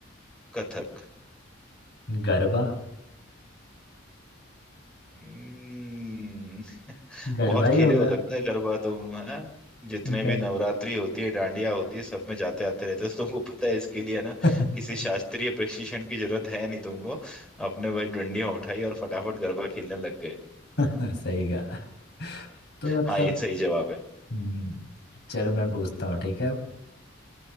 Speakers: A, in the centre; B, on the left.
A: कथक
B: गरबा
A: हम्म,
B: गरबा
A: बहुत
B: ही
A: खेले
B: होगा
A: हो लगता है गरबा तुम है जितने
B: गर...
A: भी नवरात्रि होती है डांडिया होती है सब में जाते आते रहते हो तो तुमको पता है इसके लिए है ना
B: <laughs>
A: किसी शास्त्रीय प्रशिक्षण की जरूरत है नहीं तुमको अपने वही डंडियां उठाई और फटाफट गरबा खेलने लग गए
B: सही कहा तो मतलब
A: हाँ ये सही जवाब है
B: हम्म, चलो मैं पूछता हूँ ठीक है अब